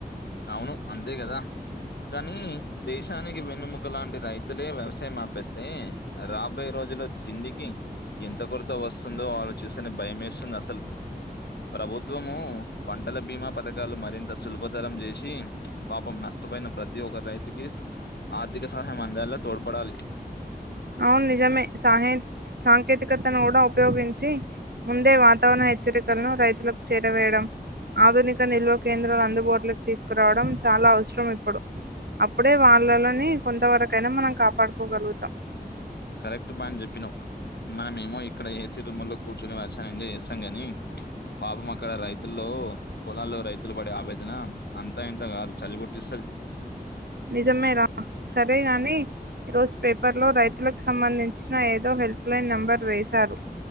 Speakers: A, on the left; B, on the right.
A: అవును అంతే కదా కానీ దేశానికి వెన్నుముక లాం. రైతులే వ్యవసాయం ఆపేస్తే రాబోయే రోజుల్. చిండికి ఎంత కొరత వస్తుందో ఆలోచిస్తానే భయమేస్తుంది అసలు. ప్రభుత్వము పంటల బీమా పథకాలు మరింత సులభ. చేసి పాపం నష్టపోయిన ప్రతి ఒక్క రైతుకి ఆర్థిక సహాయం అంద. లా తోడ్పడాలి.
B: అవును నిజమే సాహె సాంకేతికతను కూడా ఉపయోగించి. ముందే వాతావరణ హెచ్చరికలను రైతులకు చేరవేయడం. ఆధునిక నిల్వ కేంద్రాలు అందుబాటులోకి తీసుకురావడం చాలా అవసరం ఇప్పుడు. అప్పుడే వాళ్ళలోని కొంతవరకైనా మనం కాపాడుకోగలుగుతాం.
A: కరెక్ట్ పాయింట్ చెప్పినావ్ మనమ ఏమో ఇక్కడ ఏసీ రూమ్ లో కూర్చునే వ. గాని ఎంజాయ్ చేస్తాం కానీ పాపం అక్కడ రైతుల్లో. పొలాల్లో రైతులు పడే ఆవేదన అంతా ఎంత కాదు చలి పుట్టిస్తది.
B: నిజమే రా సరే గాని. ఈ రోజు పేపర్లో రైతులకు సంబంధించిన ఏదో హెల్ప్ లైన్ నెంబర్ వేశారు.